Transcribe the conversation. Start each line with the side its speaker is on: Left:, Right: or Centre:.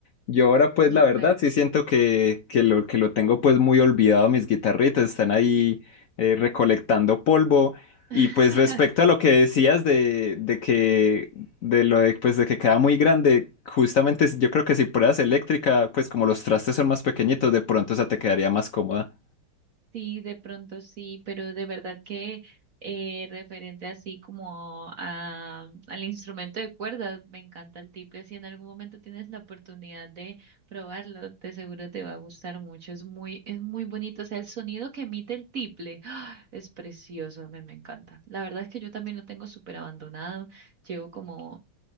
Left: Yo ahora pues
Right: no,
Left: la verdad
Right: claro.
Left: sí siento que, que lo, que lo tengo pues muy olvidado, mis guitarritas están ahí eh, recolectando polvo.
Right: <laughs>
Left: Y pues respecto a lo que decías de, de que de lo de, pues, de que queda muy grande, justamente yo creo que si pruebas eléctrica, pues como los trastes son más pequeñitos, de pronto esa te quedaría más cómoda.
Right: Sí, de pronto sí, pero de verdad que eh, referente así como a, al instrumento de cuerdas, me encanta el tiple. Si en algún momento tienes la oportunidad de probarlo, de seguro te va a gustar mucho. Es muy, es muy bonito. O sea, el sonido que emite el tiple, ¡ah! es precioso, me, me encanta. La verdad es que yo también lo tengo súper abandonado. Llevo como,